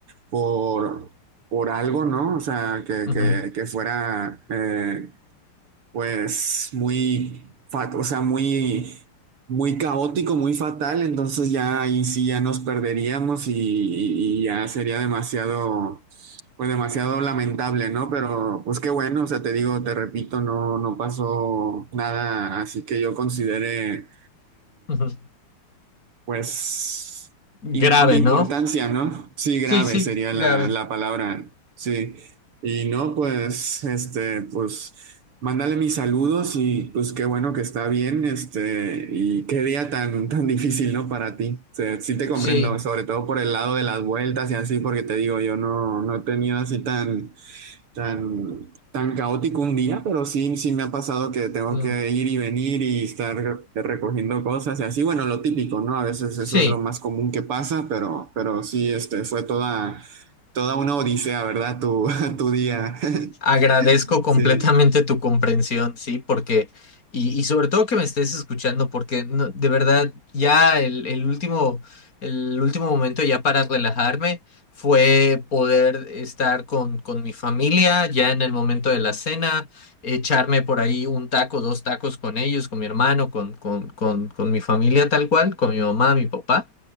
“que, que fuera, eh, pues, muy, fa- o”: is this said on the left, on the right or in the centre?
Right